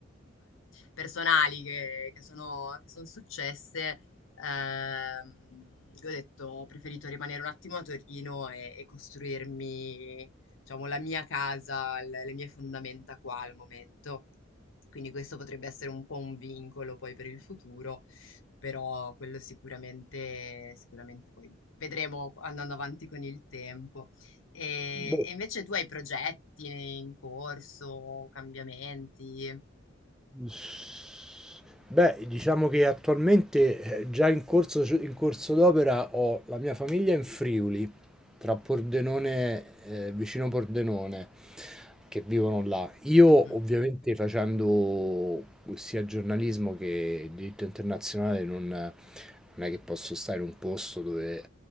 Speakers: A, on the left; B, in the centre.
A: personali che, che sono che sono successe. Ehm, io ho detto, ho preferito rimanere un attimo a Torino e, e costruirmi, diciamo, la mia casa, l- le mie fondamenta qua al momento. Quindi questo potrebbe essere un po' un vincolo poi per il futuro, però quello sicuramente, sicuramente poi vedremo andando avanti con il tempo. E,
B: boh,
A: e invece tu hai progetti in corso, cambiamenti?
B: S- Beh, diciamo che attualmente eh, già in corso, in corso d'opera ho la mia famiglia in Friuli, tra Pordenone, eh, vicino Pordenone, che vivono là. Io
A: Mhm,
B: ovviamente facendo sia giornalismo che diritto internazionale non, non è che posso stare in un posto dove